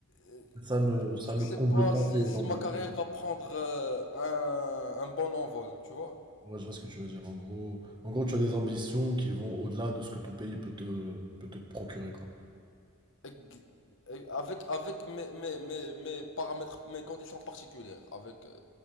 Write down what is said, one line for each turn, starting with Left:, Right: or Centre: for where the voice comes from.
Left: euh,
Right: Ça ne, ça
Left: je
Right: ne
Left: sais
Right: comble
Left: pas
Right: pas
Left: si,
Right: tes
Left: si
Right: ambitions.
Left: ma carrière va prendre euh, un, un bon envol, tu vois.
Right: Moi, je vois ce que tu veux dire. En gros, en gros, tu as des ambitions qui vont au-delà de ce que ton pays peut te, peut te procurer, quoi.
Left: Ex- et Avec, avec mes, mes, mes, mes paramètres, mes conditions particulières, avec euh,